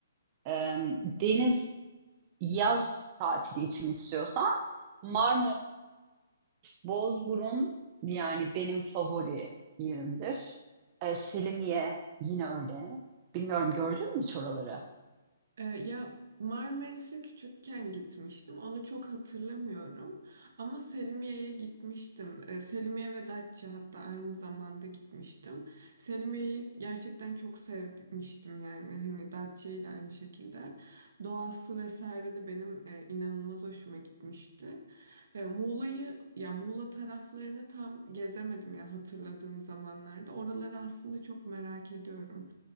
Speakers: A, on the right; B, on the right.
A: E, deniz yaz tatili için istiyorsan Marmaris, Bozburun yani benim favori yerimdir. E, Selimiye yine öyle. Bilmiyorum gördün mü hiç oraları?
B: Ee, ya Marmaris'e küçükken gitmiştim. Onu çok hatırlamıyorum. Ama Selimiye'ye gitmiştim. Ee, Selimiye ve Datça hatta aynı zamanda gitmiştim. Selimiye'yi gerçekten çok sevmiştim yani. Hani Datça'yı da aynı şekilde. Doğası vesaire de benim e, inanılmaz hoşuma gitmişti. E, Muğla'yı ya Muğla taraflarını tam gezemedim ya hatırladığım zamanlarda. Oraları aslında çok merak ediyorum.